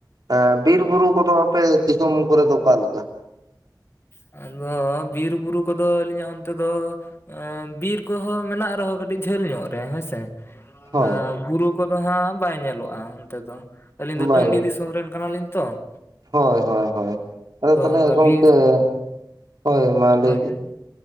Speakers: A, on the right; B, on the left.
A: ᱮ ᱵᱤᱨ ᱵᱩᱨᱩ ᱠᱚᱫᱚ ᱟᱯᱮ ᱫᱤᱥᱚᱢ ᱠᱚᱨᱮ ᱫᱚ ᱚᱠᱟᱞᱮᱠᱟ?
B: ᱟᱫᱚ ᱵᱤᱨ ᱵᱩᱨᱩ ᱠᱚᱫᱚ ᱟᱹᱞᱤᱧᱟᱜ ᱚᱱᱛᱮ ᱫᱚ ᱮᱸ ᱵᱤᱨ ᱠᱚᱦᱚᱸ ᱢᱮᱱᱟᱜ ᱨᱮᱦᱚᱸ ᱠᱟᱹᱴᱤᱡ ᱡᱷᱟᱹᱞ ᱧᱚᱜ ᱨᱮ ᱦᱮᱸᱥᱮ ᱾
A: ᱦᱳᱭ
B: ᱟ ᱵᱩᱨᱩ ᱠᱚᱫᱚ ᱦᱟᱸᱜ ᱵᱟᱭ ᱧᱮᱞᱚᱜ-ᱟ ᱚᱱᱛᱮ ᱫᱚ ᱾ ᱟᱹᱞᱤᱧ ᱫᱚ
A: ᱵᱟᱭ
B: ᱴᱟᱺᱰᱤ ᱫᱤᱥᱚᱢ ᱨᱮᱱ ᱠᱟᱱᱟᱞᱤᱧ ᱛᱚ ᱾
A: ᱦᱳᱭ ᱦᱳᱭ ᱦᱳᱭ ᱾ ᱟᱫᱚ ᱛᱟᱦᱚᱞᱮ
B: ᱚᱱᱠᱟ
A: ᱜᱚᱢᱠᱮ
B: ᱵᱤᱨ
A: <inaudible> ᱦᱳᱭ ᱢᱟ ᱞᱟᱹᱭ
B: ᱦᱳᱭ
A: ᱵᱤᱱ ᱾